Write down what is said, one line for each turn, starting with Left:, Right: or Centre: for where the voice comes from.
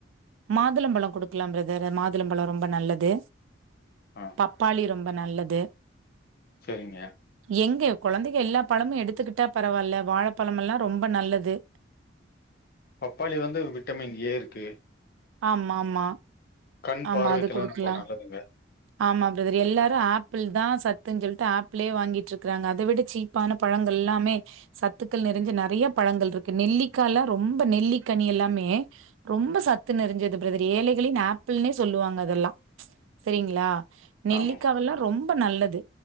Right: மாதுளபழோ குடுக்கலா பிரதர் மாதுளபழோ ரொம்ப நல்லது
Left: ஆ
Right: பப்பாளி ரொம்ப நல்லது
Left: செரிங்க
Right: எங்க கொழந்தைக எல்லா பழமு எடுத்துக்கிட்டா பரவாயில்ல வாழப்பழமெல்லா ரொம்ப நல்லது
Left: பப்பாளி வந்து விட்டமின் ஏ இருக்கு
Right: ஆமா ஆமா
Left: கண்
Right: ஆமா
Left: பார்வைக்கெல்லா
Right: அது குடுக்கலா
Left: ரொம்ப நல்லதுங்க
Right: ஆமா பிரதர் எல்லாரு ஆப்பிள் தா சத்துன்னு சொல்ட்டு ஆப்பிளே வாங்கிட்டு இருக்கறாங்க அத விட சீப் ப்பான பழங்கள் எல்லாமே சத்துக்கள் நிறஞ்ச நெறைய பழங்கள் இருக்கு நெல்லிக்கால்லா ரொம்ப நெல்லிக்கனி எல்லாமே ரொம்ப சத்து நிரஞ்சது பிரதர் ஏழைகளின் ஆப்பிள்னே சொல்லுவாங்க அதெல்லா செரிங்ளா நெல்லிக்காவெல்லா
Left: ஆமாங்
Right: ரொம்ப நல்லது